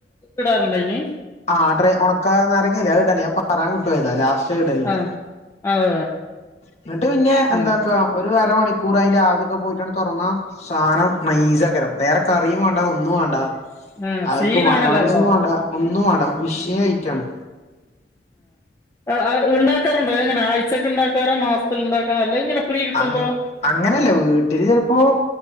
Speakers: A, on the left; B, on the left.
A: ഇടാറുണ്ട അയിന്
B: ആ ഡ്രൈ ഒണക്കാ നാരങ്ങല്ലേ അത് ഇടല് ഞാൻ പറയാൻ വിട്ടുപോയതാ ലാസ്റ്റ് ഇടെണ്ട്
A: ആഹ് അതെ അതെ
B: എന്നിട്ട് പിന്നെ എന്താക്ക
A: ആഹ്
B: ഒരു അരമണിക്കൂർ അതിന്റെ ആവിഒക്കെ പോയിട്ടാങ്ങ് തുറന്ന സാധനം നൈസകരം വേറെ കറിയും വേണ്ട ഒന്നും വേണ്ട
A: ആഹ്
B: അത്ക്ക്
A: സീനാണല്ലോ
B: മയോനൈസും
A: അപ്പൊ
B: വേണ്ട ഒ ന്നും വണ്ട ഉഷിയ
A: ഉം
B: ആയിറ്റാണ്
A: ആ ഉണ്ടാക്കറുണ്ട് എങ്ങനെ ആഴ്ചക്ക് ഇണ്ടാക്കാറ് മാസത്തിൽ ഇണ്ടാക്കാ അല്ല ഇങ്ങനെ ഫ്രീ കിട്ടുമ്പോ
B: അങ്ങ അങ്ങനെയല്ലേ വീട്ടില് ചിലപ്പോ